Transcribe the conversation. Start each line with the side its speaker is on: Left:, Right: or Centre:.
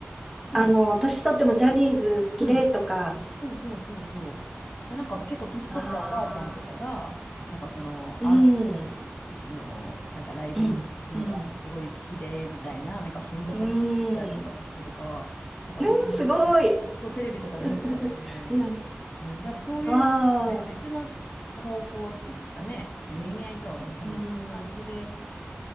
Left: そう。
Centre: あの、年取ってもジャニーズ好きでとか。
Left: うん。そうそうそうそう。で、なんか結構年取ったおばあちゃんとかが、
Centre: ああ、
Left: なんかその嵐
Centre: うん、
Left: のなんかライブに行くのがすごい好きで、
Centre: うん、うん。
Left: みたいな、なんかほんと80代とかの人とか、
Centre: うーん。
Left: なんかそういう、
Centre: うんすごい。
Left: そうテレビとかで見てたんで、
Centre: <laughs> うん。
Left: うん、多分そういう、
Centre: ああ、
Left: ね、別の方向っていうんですかね、恋愛とはまた別の感じで、
Centre: うん。